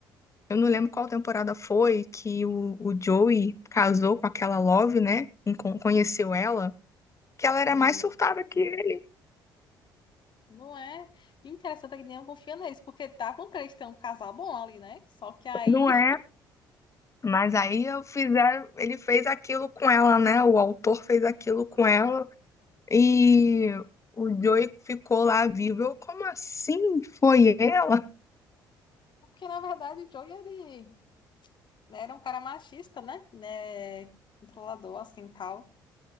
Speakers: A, on the left; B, on the left.
A: Eu não lembro qual temporada foi que o, o Joey casou com aquela Love, né? Encon- Conheceu ela. Que
B: Sim.
A: ela era mais surtada que ele.
B: Não é? E interessante é que nenhum confia neles, porque estavam pra eles terem um casal bom ali, né? Só que aí.
A: Não é? Mas aí eu fizeram, ele fez aquilo com ela, né? O autor fez aquilo com ela e
B: Sim.
A: o Joey ficou lá vivo. Eu, como assim? Foi ela?
B: Porque na verdade o Joey, ele era um cara machista, né? Né? Controlador, assim, tal.